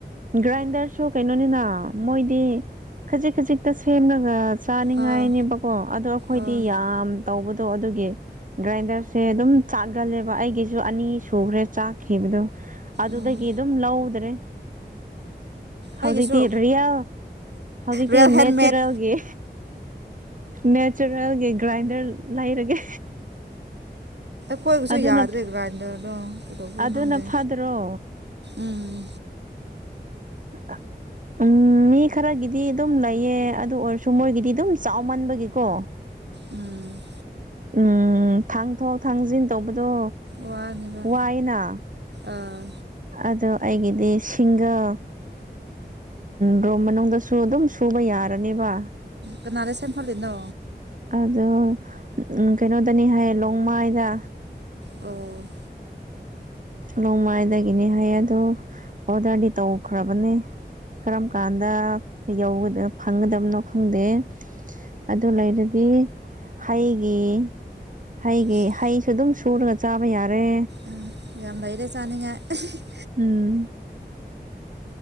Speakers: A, on the right; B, on the right.
A: ꯒ꯭ꯔꯥꯏꯟꯗꯔꯁꯨ ꯀꯩꯅꯣꯅꯤꯅ ꯃꯣꯏꯗꯤ ꯈꯖꯤꯛ ꯈꯖꯤꯛꯇ ꯁꯦꯝꯂꯒ ꯆꯥꯅꯤꯡꯉꯥꯏꯅꯦꯕꯀꯣ
B: ꯑꯥ
A: ꯑꯗꯣ ꯑꯩꯈꯣꯏꯗꯤ
B: ꯑꯥ
A: ꯌꯥꯝ ꯇꯧꯕꯗꯣ ꯑꯗꯨꯒꯤ ꯒ꯭ꯔꯥꯏꯟꯗꯔꯁꯦ ꯑꯗꯨꯝ ꯆꯥꯛꯒꯜꯂꯦꯕ ꯑꯩꯒꯤꯁꯨ ꯑꯅꯤ ꯁꯨꯈ꯭ꯔꯦ ꯆꯥꯛ ꯈꯤꯕꯗꯣ ꯑꯗꯨꯗꯒꯤ
B: ꯎꯝ
A: ꯑꯗꯨꯝ ꯂꯧꯗ꯭ꯔꯦ
B: ꯑꯩꯒꯤꯁꯨ
A: ꯍꯧꯖꯤꯛꯇꯤ ꯔꯤꯌꯦꯜ ꯍꯧꯖꯤꯛꯇꯤ
B: ꯔꯤꯌꯦꯜ ꯍꯦꯟꯃꯦꯠ
A: ꯅꯦꯆꯔꯦꯜꯒꯤ ꯅꯦꯆꯔꯦꯜꯒꯤ ꯒ꯭ꯔꯥꯏꯟꯗꯔ ꯂꯩꯔꯒꯦ
B: ꯈꯣꯏꯕꯨꯁꯨ
A: ꯑꯗꯨꯅ
B: ꯌꯥꯗ꯭ꯔꯦ ꯒ꯭ꯔꯥꯏꯟꯗꯔꯗꯣ ꯀꯩꯗꯧꯕꯧꯕꯗ
A: ꯑꯗꯨꯅ
B: ꯈꯪꯗꯦ
A: ꯐꯗ꯭ꯔꯣ
B: ꯎꯝ
A: ꯑ ꯎꯝ ꯃꯤ ꯈꯔꯒꯤꯗꯤ ꯑꯗꯨꯝ ꯂꯩꯌꯦ ꯑꯗꯨ ꯑꯣꯏꯔꯁꯨ ꯃꯣꯏꯒꯤꯗꯤ ꯑꯗꯨꯝ ꯆꯥꯎꯃꯟꯕꯒꯤꯀꯣ
B: ꯎꯝ
A: ꯎꯝ ꯊꯥꯡ ꯊꯣꯛ ꯊꯥꯡꯖꯤꯟ ꯇꯧꯕꯗꯣ
B: ꯋꯥꯅꯦꯕ
A: ꯋꯥꯏꯅ
B: ꯑꯥ
A: ꯑꯗꯣ ꯑꯩꯒꯤꯗꯤ ꯁꯤꯡꯒꯜ ꯗꯣ ꯃꯅꯨꯡꯗꯁꯨ ꯑꯗꯨꯝ ꯁꯨꯕ ꯌꯥꯔꯅꯦꯕ
B: ꯀꯅꯥꯗꯥ ꯁꯦꯝꯍꯜꯂꯤꯅꯣ
A: ꯑꯗꯣ ꯎ ꯀꯩꯅꯣꯗꯅꯤ ꯍꯥꯏꯌꯦ ꯂꯣꯡꯃꯥꯏꯗ
B: ꯑꯣ
A: ꯅꯣꯡꯃꯥꯏꯗꯒꯤꯅꯤ ꯍꯥꯏꯌꯦ ꯑꯣ ꯑꯣꯗꯔꯗꯤ ꯇꯧꯈ꯭ꯔꯕꯅꯦ ꯀꯔꯝ ꯀꯥꯟꯗ ꯌꯧ ꯐꯪꯒꯗꯕꯅꯣ ꯈꯪꯗꯦ ꯑꯗꯨ ꯂꯩꯔꯗꯤ ꯍꯩꯒꯤ ꯍꯩꯒꯤ
B: ꯁꯤ
A: ꯍꯩꯁꯨ ꯑꯗꯨꯝ ꯁꯨꯔꯒ ꯆꯥꯕ ꯌꯥꯔꯦ
B: ꯑꯝ ꯌꯥꯝ ꯂꯩꯔꯦ ꯆꯥꯅꯤꯡꯉꯥꯏ <unintelligible>
A: ꯎꯝ